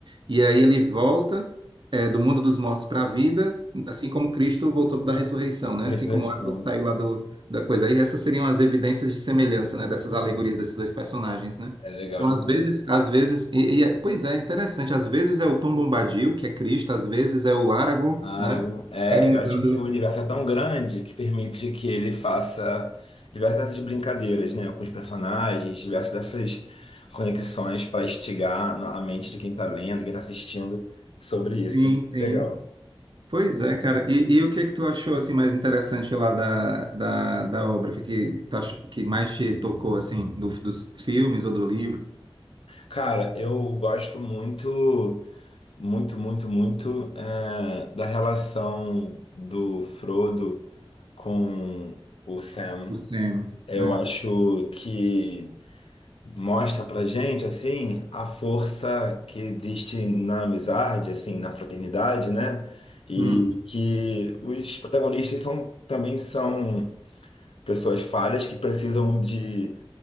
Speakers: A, on the right; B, on the left.
A: E aí ele volta é, do mundo dos mortos para a vida, assim como Cristo voltou da ressurreição, né?
B: Ressurreição.
A: Assim como Aragorn saiu lá do da coisa. Aí essas seriam as evidências de semelhança, né, dessas alegorias desses dois personagens, né?
B: É legal
A: Então,
B: demais.
A: às vezes, às vezes, e, e é- pois é, interessante. Às vezes é o Tom Bombadil, que é Cristo, às vezes é o Aragorn,
B: Aragon,
A: né?
B: é,
A: Vai mudando.
B: é, eu acho que o universo é tão grande que permite que ele faça diversas brincadeiras, né, com os personagens, diversas dessas conexões para instigar na- a mente de quem está lendo, quem está assistindo sobre
A: Sim,
B: isso. É
A: sim.
B: Legal.
A: Pois é, cara. E, e o que é que tu achou assim mais interessante lá da, da, da obra? O que é que, tu ach- que mais te tocou assim do- dos filmes ou do livro?
B: Cara, eu gosto muito. muito, muito, muito eh, da relação do Frodo com o Sam.
A: O Sam,
B: Eu
A: né?
B: acho que mostra pra gente, assim, a força que existe na amizade, assim, na fraternidade, né? E
A: Hum,
B: que os protagonistas são, também são pessoas falhas que precisam de,